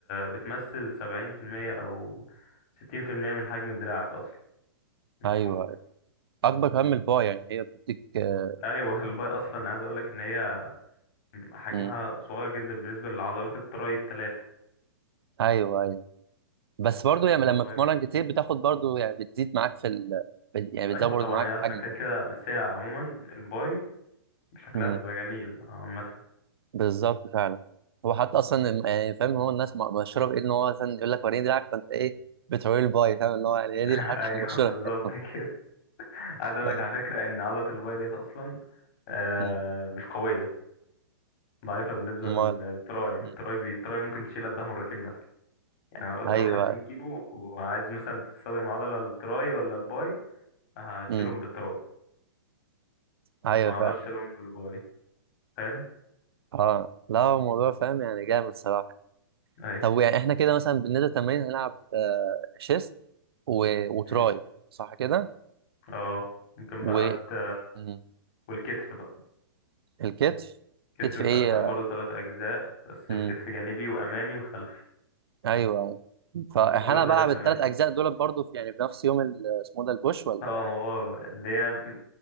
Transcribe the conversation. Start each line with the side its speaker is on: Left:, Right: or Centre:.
Left: بتمثل سبعين في المية او ستين في المية من حجم دراعك اصلا من
Right: ايوه
Left: فوق
Right: اكبر كمان من الباي يعني هي بتديك آه،
Left: ايوه <laughs> الباي اصلا عايز اقولك ان هي حجمها
Right: مم.
Left: صغير جدا بالنسبة لعضلات التراي التلاتة
Right: ايوه ايوه بس برضو يعني
Left: حجمها
Right: لما
Left: صغير
Right: بتتمرن
Left: جدا
Right: كتير بتاخد برضو يعني بتزيد معاك في ال... بت- يعني بتزود
Left: ايوه
Right: برضو
Left: طبعا
Right: معاك
Left: هي اصلا
Right: حجم
Left: كده
Right: يعني
Left: كده بس هي عموما الباي شكلها
Right: امم
Left: بيبقى جميل عامة
Right: بالظبط فعلا هو حتى اصلا الم- يعني فاهم هو الناس م- مشهوره بايه ان هو مثلا يقول لك وريني دراعك فانت ايه بتوري الباي فاهم اللي هو يعني هي
Left: <laughs>
Right: دي الحركه
Left: ايوه
Right: <laughs> المشهوره
Left: بالظبط
Right: بتاعتهم
Left: كده عايز اقولك
Right: ف-
Left: على فكرة ان عضلة الباي ديت اصلا آه،
Right: امم
Left: مش قوية ضعيفة بالنسبة
Right: امال
Left: للتراي التراي
Right: امم
Left: بي التراي ممكن تشيل قدها مرتين مثلا يعني انا قدامك
Right: ايوه
Left: 50 كيلو وعايز مثلا تستخدم عضلة التراي ولا الباي هشيلهم
Right: امم
Left: بالتراي
Right: ايوه
Left: ما
Right: فعلا
Left: اقدرش اشيلهم بالباي فاهم
Right: اه لا هو الموضوع فاهم يعني جامد صراحه
Left: ايوه
Right: طب يعني احنا كده مثلا بالنسبه للتمارين هنلعب آه شيست و... وتراي
Left: مم.
Right: صح كده
Left: اه ممكن
Right: و...
Left: بقى ت...
Right: مم.
Left: والكتف بقى
Right: الكتف
Left: الكتف
Right: كتف
Left: متقسم
Right: ايه
Left: برضو ثلاث اجزاء متقسم
Right: امم
Left: كتف جانبي وامامي وخلفي
Right: ايوه أيوة. فانا
Left: وكل واحدة
Right: بلعب
Left: لها تمارين
Right: الثلاث اجزاء دول برضو في يعني في نفس يوم ال- اسمه إيه ده البوش ولا
Left: اه ما هو بقى اللي هي